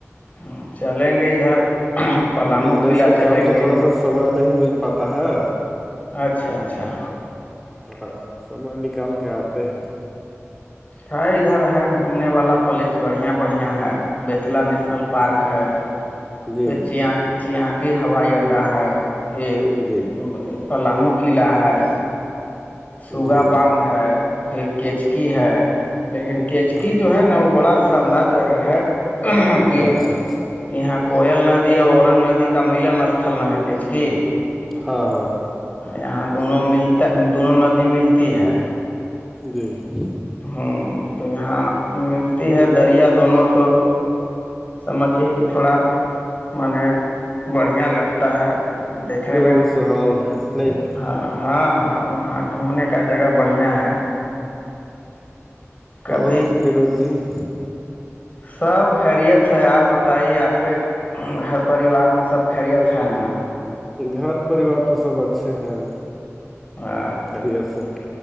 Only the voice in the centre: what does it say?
بجنس
کے
کام سے
تھوڑا سا سمے نہیں مل پاتا ہے
ہاں سمے نکال کے آتے ہیں <unintelligible>
جی
جی
جی
جی جی
ہاں
اچھا اچھا
ہاں ہاں ہاں
جی <inaudible>
بھی سہاون ہے نہیں
اور فیرو جی <unintelligible>
گھر پریوار تو سب اچھے ہیں ابھی
خری سے ہے